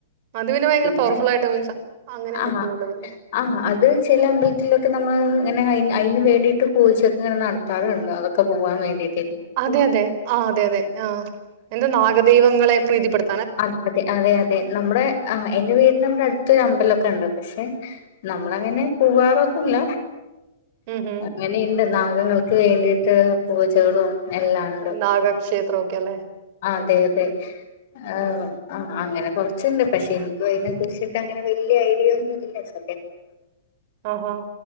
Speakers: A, on the right; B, on the left.
A: മധുവിന് ഭയങ്കര
B: പിന്നെ
A: പവർഫുൾ ആയിട്ട് മീൻസ് അങ്ങനെ എന്തൊക്കെയോ
B: ആഹ്
A: ഉള്ളതല്ലെ
B: ആഹ് അത് ചെല അമ്പൽത്തിലൊക്ക നമ്മള് ഇങ്ങന അയിന് വേണ്ടീട്ട് പൂജക്ക ഇങ്ങന നട് ത്താറ്ണ്ട് അതൊക്ക പൂവാൻ വേണ്ടീട്ട്
A: അതെ അതെ ആഹ് അതെ അതെ ആഹ് എന്ത നാഗദൈവങ്ങളെ പ്രീതിപ്പെട്
B: അതെ അതെ അതെ അതെ നമ്മ്ടെ ആഹ് എന്റെ വീട്ട്ന് ഇവടെ അട്ത്തൊരു അമ്പലൊക്ക ഇണ്ട് പക്ഷെ നമ്മള് അങ്ങനെ പൂവാറൊന്നുല്ല
A: ഉം ഉം
B: ഇങ്ങനീണ്ട് നാഗങ്ങൾക്ക് വേണ്ടീട്ട് പൂജകളും എല്ലാം ഉണ്ട്
A: നാഗക്ഷേത്ര ഒക്കെലേ
B: അതെ അതെ ആഹ് ആഹ് അങ്ങനെ കൊറ്ച്ച്ണ്ട് പക്ഷെ എനിക്കും അയിനെ കുറിച്ചിട്ട് അങ്ങനെ വല്യ ഐഡിയ ഒന്നുല്ല സത്യം <unintelligible>
A: ആഹാ